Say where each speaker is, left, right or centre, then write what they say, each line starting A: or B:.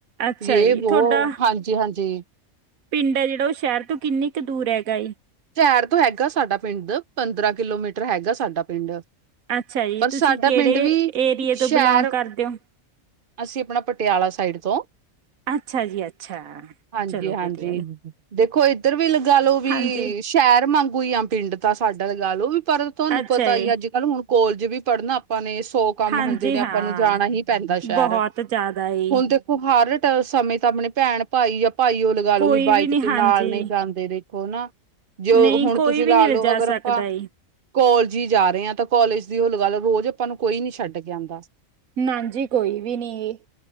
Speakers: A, on the right; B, on the right.
A: ਅੱਛਾ
B: ਜੇ
A: ਜੀ
B: ਬੋ
A: ਤੁਹਾਡਾ
B: ਹਾਂਜੀ-ਹਾਂਜੀ
A: ਪਿੰਡ ਹੈ ਜਿਹੜਾ ਉਹ ਸ਼ਹਿਰ ਤੋਂ ਕਿੰਨੀ ਕੁ ਦੂਰ ਹੈਗਾ
B: ਸ਼ਹਿਰ ਤੋਂ ਹੈਗਾ ਸਾਡਾ ਪਿੰਡ ਪੰਦਰਾਂ ਕਿਲੋਮੀਟਰ ਹੈਗਾ ਸਾਡਾ ਪਿੰਡ
A: ਅੱਛਾ ਜੀ
B: ਪਰ
A: ਤੁਸੀਂ
B: ਸਾਡਾ
A: ਕਿਹੜੇ
B: ਪਿੰਡ ਵੀ
A: ਏਰੀਏ ਤੋਂ
B: ਸ਼ਹਿਰ
A: ਬਿਲੋਂਗ ਕਰਦੇ ਹੋ।
B: ਅਸੀਂ ਆਪਣਾ ਪਟਿਆਲਾ ਸਾਈਡ ਤੋਂ
A: ਅੱਛਾ ਜੀ ਅੱਛਾ
B: ਹਾਂਜੀ-ਹਾਂਜੀ
A: ਚਲੋ ਵਧੀਆ ਏ।
B: ਦੇਖੋ ਕੋਈ ਇੱਧਰ ਵੀ ਲੱ ਗਾ ਲਓ ਵੀ
A: ਹਾਂਜੀ
B: ਸ਼ਹਿਰ ਮਾਂਗੂੰ ਈ ਆ ਪਿੰਡ ਤਾਂ ਸਾਡਾ ਲਗਾ ਲਓ, ਪਰ ਤੁਹਾਨੂੰ
A: ਅੱਛਾ
B: ਪਤਾ
A: ਏ
B: ਈ ਅੱਜ ਕੱਲ ਹੁਣ ਕੋਲਜ ਵੀ ਪੜ੍ਹਨਾ ਆਪਾਂ ਨੇ ਸੌ ਕੰਮ
A: ਹਾਂਜੀ
B: ਹੁੰਦੇ ਨੇ
A: ਹਾਂ
B: ਆਪਾਂ ਨੂੰ ਜਾਣਾ ਹੀ ਪੈਂਦਾ ਸ਼ਹਿਰ
A: ਬਹੁਤ ਜ਼ਿਆਦਾ ਈ
B: ਹੁਣ ਦੇਖੋ, ਹਰ ਸਮੇਂ ਤਾਂ ਆਪਣੇ ਭੈਣ ਭਾਈ ਆਪ ਈਓ ਲਗਾ
A: ਕੋਈ
B: ਲੋ ਵੀ ਬਾਈਕ
A: ਨੀ
B: ਤੇ
A: ਹਾਂਜੀ
B: ਨਾਲ ਨੀ ਜਾਂਦੇ ਹੋ ਨਾ, ਜੇ
A: ਨਹੀਂ
B: ਹੁਣ
A: ਕੋਈ
B: ਤੁਸੀਂ
A: ਵੀ
B: ਲਾ
A: ਨੀ ਲਿਜਾ
B: ਲੋ ਅਗਰ ਆਪਾਂ
A: ਸਕਦਾ ਈ
B: ਕੋਲਜ ਹੀ ਜਾ ਰਹੇ ਆ ਤਾਂ ਕੋਲਜ ਦੀ ਔ ਲਗਾ ਲੋ, ਰੋਜ਼ ਆਪਾਂ ਨੂੰ ਕੋਈ ਨੀ ਛੱਡ ਕੇ ਆਂਦਾ।
A: ਨਾਜੀ ਕੋਈ ਵੀ ਨੀ,